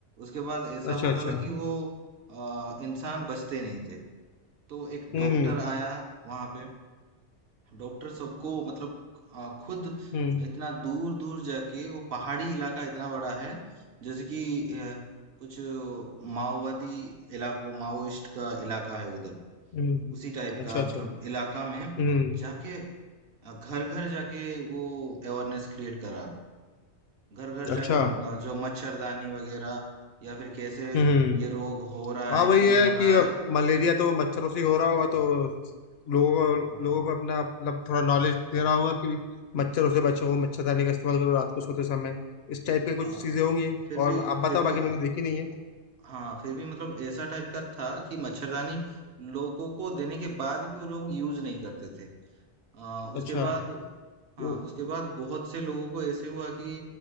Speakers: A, on the right (about 60°); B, on the left (about 70°).
A: उसके बाद ऐसा
B: अच्छा
A: होता
B: अच्छा
A: था कि वो अ, इंसान बचते नहीं थे तो एक डॉक्टर
B: हम्म
A: आया वहां पे डॉक्टर सबको मतलब आ, खुद
B: हम्म
A: इतना दूर दूर जाके वो पहाड़ी इलाका इतना बड़ा है जैसे कि अ, कुछ माओवादी इलाकों माओइस्ट का इलाका है उधर
B: हम्म
A: उसी टाइप
B: अच्छा
A: का
B: अच्छा
A: मतलब इलाका में
B: हम्म
A: जाके घर घर जाके वो अवेयरनेस क्रिएट करा घर घर
B: अच्छा
A: जाके अ, जो मच्छरदानी वगैरह या फिर कैसे
B: हम्म
A: ये रोग हो रहा
B: हाँ
A: है
B: वही
A: क्यों
B: है
A: हो
B: कि
A: रहा
B: अब
A: है
B: मलेरिया तो मच्छरों से ही हो रहा होगा तो लोगों को
A: हाँ
B: लोगों को अपना मतलब थोड़ा नॉलेज दे रहा होगा कि मच्छरों से बचो मच्छरदानी का इस्तेमाल करो रात को सोते समय इस टाइप के कुछ
A: हाँ
B: चीजें होंगी
A: फिर
B: और
A: भी
B: आप
A: फिर
B: बताओ
A: भी
B: बाकी मैंने देखी नहीं है
A: हाँ फिर भी मतलब ऐसा टाइप का था कि मच्छरदानी लोगों को देने के बाद भी वो लोग यूज नहीं करते थे आ, उसके
B: अच्छा
A: बाद
B: हम्म
A: हाँ उसके बाद बहुत से लोगों को ऐसे हुआ कि